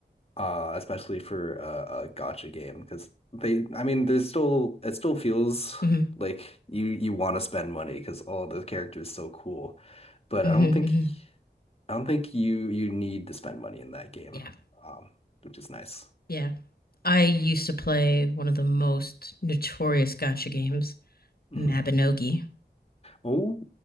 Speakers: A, on the left; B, on the left.
A: Uh especially for a, a gotcha game because they I mean there's still it still feels
B: mm-hmm,
A: like you you want to spend money because all the characters so cool. But
B: mm-hmm,
A: I don't think
B: hmm
A: I don't think you you need to spend money in that game.
B: Yeah,
A: Um which is nice.
B: yeah. I used to play one of the most notorious gotcha games,
A: hmm
B: Mabinogi.
A: Oh,